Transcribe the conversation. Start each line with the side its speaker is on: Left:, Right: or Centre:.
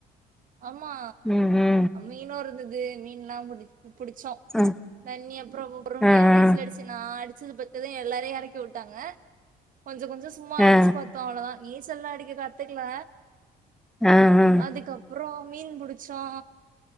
Right: ஆமா
Centre: ம் ம்
Right: மீனுருந்துது மீன்லா புடி புடிச்சோ
Centre: ஆ
Right: தண்ணி அப்றோ பொறுமையா
Centre: ஆ
Right: நீச்சலடிச்
Centre: ஆ
Right: சி நா அடிச்சது பாத்துதா எல்லாரையு எறக்கிவுட்டாங்க கொஞ்சங்கொஞ்சோ சும்மா அடிச்சு
Centre: ஆ
Right: பாத் தம் அவ்ளோதா நீச்சல்லா அடிக்க கத்துக்ல
Centre: அ அ
Right: அதுக்கப்றோ மீன் புடிச்சோ